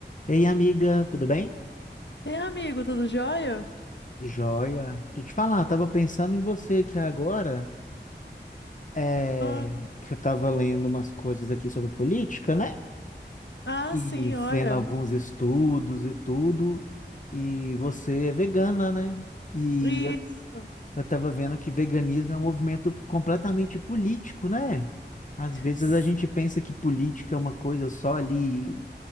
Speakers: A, on the left (about 45°); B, on the left (about 70°).
A: Ei, amiga, tudo bem?
B: Ei, amigo, tudo jóia?
A: Joia. Deixa eu te falar, tava pensando em você aqui agora, é,
B: Ó,
A: que eu tava lendo umas coisas aqui sobre política, né?
B: ah,
A: E
B: sim,
A: vendo
B: olha.
A: alguns estudos e tudo, e você é vegana, né? E
B: Isso.
A: eu, eu tava vendo que veganismo é um movimento completamente político, né? Às vezes
B: S-
A: a gente pensa que política é uma coisa só ali,